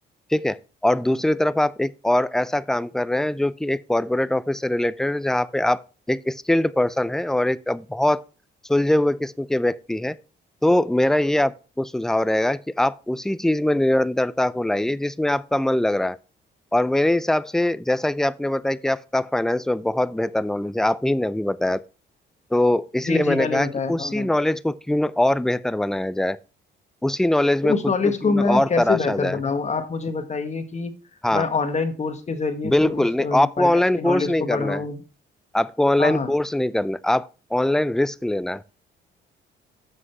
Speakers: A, in the centre; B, on the left.
A: ठीक है और दूसरी तरफ आप एक और ऐसा काम कर रहे हैं जो कि एक कॉर्पोरेट ऑफिस से रिलेटेड है जहाँ पे आप एक स्किल्ड पर्सन है और एक बहुत सुलझे हुए किस्म के व्यक्ति है तो मेरा ये आपको सुझाव रहेगा कि आप उसी चीज में निरंतरता को लाइए जिसमें आपका मन लग रहा है और मेरे हिसाब से जैसा कि आपने बताया कि आपका फाइनेंस में बहुत बेहतर नॉलेज है आप ही ने अभी बताया था तो इसलिए
B: जी
A: मैंने
B: जी मैंने
A: कहा
B: बताया
A: कि उसी
B: हाँ हाँ
A: नॉलेज को क्यों ना और बेहतर बनाया जाए उसी नॉलेज
B: तो
A: में
B: उस
A: खुद
B: नॉलेज
A: को क्यों
B: को मैं
A: ना और
B: कैसे
A: तराशा
B: बेहतर
A: जाए
B: बनाऊँ आप मुझे बताइए कि
A: हाँ
B: मैं ऑनलाइन कोर्स के जरिए से
A: बिल्कुल
B: उस
A: नहीं
B: फाइनेंस
A: आपको ऑनलाइन
B: की नॉलेज
A: कोर्स नहीं
B: को
A: करना
B: बढ़ाऊँ
A: है आपको ऑनलाइन
B: हाँ हाँ
A: कोर्स नहीं करना है आप ऑनलाइन रिस्क लेना है